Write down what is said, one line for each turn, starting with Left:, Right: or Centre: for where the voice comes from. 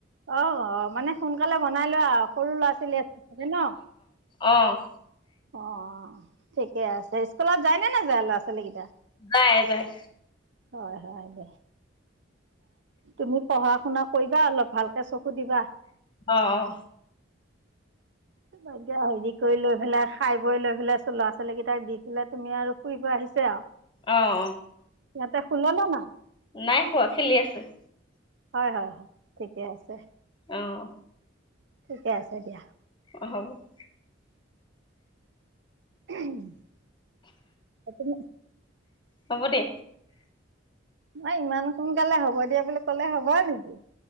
Right: অ অ মানে সোনকালে বনাই লোৱা সৰু ল'ৰা ছোৱালী আছে চাগে ন
Left: অঁ
Right: অ ঠিকে আছে স্কুলত যায়নে না যায় ল'ৰা ছোৱালী কেইটা
Left: যাই যায়।
Right: হয় হয় দে <inaudible> তুমি পঢ়া শুনা কৰিবা অলপ ভালকে চকু দিবা।
Left: অ অ
Right: এতিয়া হেৰি কৰি লৈ পেলাই খাই বৈ লৈ পেলাই ল'ৰা ছোৱালী কেইটাক দি পেলাই তুমি আৰু ফুৰিব আহিছা আও
Left: আহ
Right: সিহঁতে শুলে নে নাই
Left: নাই শুৱা খেলি আছে।
Right: হয় হয় হয় ঠিকে আছে।
Left: আহ
Right: ঠিকে আছে দিয়া
Left: অ হব <inaudible>
Right: উম <inaudible> ত <inaudible>
Left: হ'ব দে
Right: নাই ইমান সোনকালে হ'ব দিয়া বলে ক'লে হ'ব নেকি